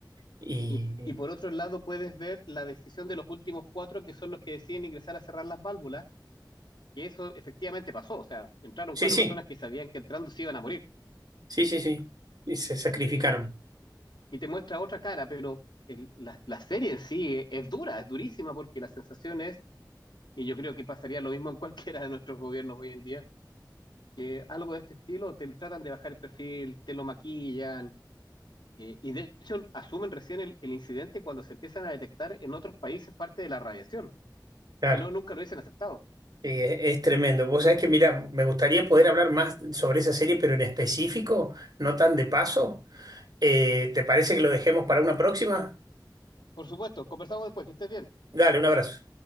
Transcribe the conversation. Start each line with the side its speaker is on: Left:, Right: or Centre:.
Right: y
Left: Y, y por otro lado, puedes ver la decisión de los últimos cuatro que son los que deciden ingresar a cerrar las válvulas, y eso efectivamente pasó. O sea, entraron
Right: sí,
Left: cuatro
Right: sí,
Left: personas que sabían que entrando se iban a morir.
Right: sí, sí, sí, y se sacrificaron,
Left: Eh, y te muestra otra cara, pero el- la, la serie en sí es, es dura, es durísima, porque la sensación es, y yo creo que pasaría lo mismo en cualquiera de nuestros gobiernos hoy en día que algo de este estilo te tratan de bajar el perfil, te lo maquillan, eh, y de hecho asumen recién el, el incidente cuando se empiezan a detectar en otros países parte de la radiación,
Right: claro.
Left: si no, nunca lo hubiesen aceptado.
Right: Eh, es tremendo. Vos sabés que, mira, me gustaría poder hablar más sobre esa serie, pero en específico, no tan de paso. Eh, ¿te parece que lo dejemos para una próxima?
Left: Por supuesto, conversamos después, que estés bien.
Right: Dale, un abrazo.